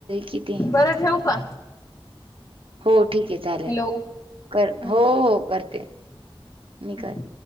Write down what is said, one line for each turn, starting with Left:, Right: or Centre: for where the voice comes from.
Right: किती
Left: बरं ठेव का?
Right: हो ठीक आहे चालेल
Left: हॅलो
Right: कर
Left: हम्म
Right: हो हो करते
Left: हम्म.
Right: मी कर